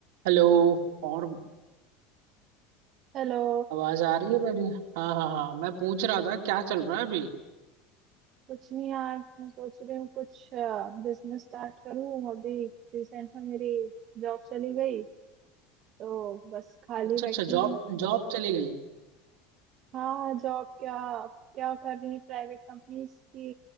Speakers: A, on the right (about 80°); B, on the right (about 50°).
A: हेलो और
B: Hello
A: आवाज आ रही है मेरी हाँ हाँ हाँ मैं पूछ रहा था क्या चल रहा है अभी
B: कुछ नहीं यार मैं सोच रही हूँ कुछ बिजनेस स्टार्ट करूँ अभी रिसेंट में मेरी जॉब चली गई तो बस खाली
A: अच्छा
B: बैठी
A: अच्छा जॉब
B: हूँ
A: जॉब चली गई
B: हाँ जॉब क्या क्या कर रही है प्राइवेट कंपनीज की